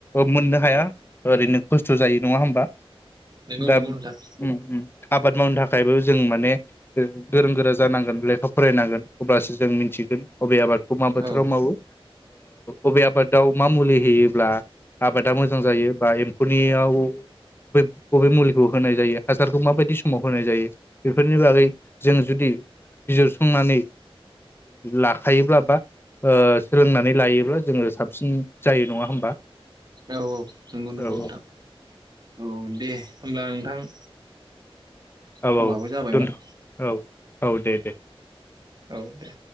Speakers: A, on the left; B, on the right.
A: मोननो हाया ओरैनो खस्थ' जायो नङा होमबा
B: नंगौ
A: दाब
B: नंगौ नोंथां
A: ओम ओम आबाद मावनो थाख थाखायबो जों माने गोरों गोरा जानांगोन लेखा फरायनांगोन अब्लासो जों मिथिगोन बबे आबाद
B: औ
A: ओ अबे आबादाव मा मुलि होयोब्ला आबादा मोजां जायो बा एम्फौनियाव बबे मुलिखौ होनाय जायो हासारखौ माबायदि समाव होनाय जायो बेफोरनि बागै जों जुदि बिजिरसंनानै लाखायोब्ला बा ओ सोलोंनानै लायोब्ला जोङो साबसिन जायो नङा होमबा
B: औ औ नोंगौ नोंगौ
A: औ
B: नोंथां औ दे होमब्ला नोंथां <unintelligible>
A: औ
B: समाबो
A: औ
B: जाबायमोन
A: दोनथ' औ औ दे दे
B: औ दे